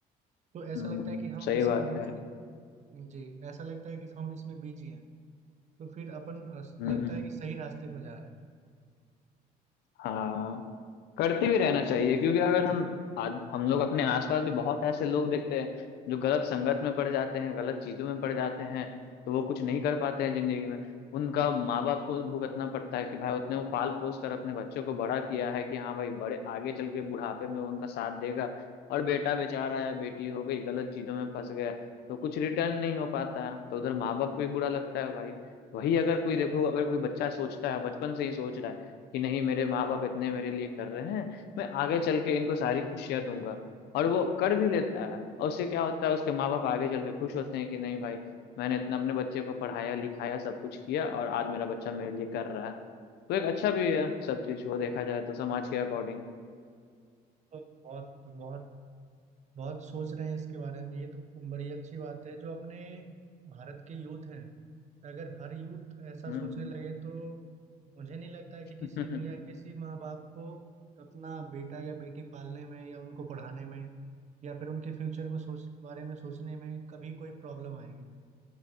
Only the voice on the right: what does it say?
तो ऐसा
लगता है कि हम
इसमें
बिजी
जी ऐसा लगता है कि हम इसमें बिजी हैं तो फिर अपन अस-
लगता
है कि सही रास्ते पर जा रहे हैं
तो बहुत बहुत बहुत सोच रहे हैं इसके बारे में ये तो बड़ी अच्छी बात है जो अपने भारत के यूथ हैं अगर हर यूथ ऐसा
सोचने लगे तो मुझे नहीं लगता है कि किसी
दुनिया किसी माँ बाप को अपना बेटा या बेटी पालने में या उनको पढ़ाने में या फिर उनके फ्यूचर को सोच बारे में सोचने में कभी कोई प्रॉब्लम आएगी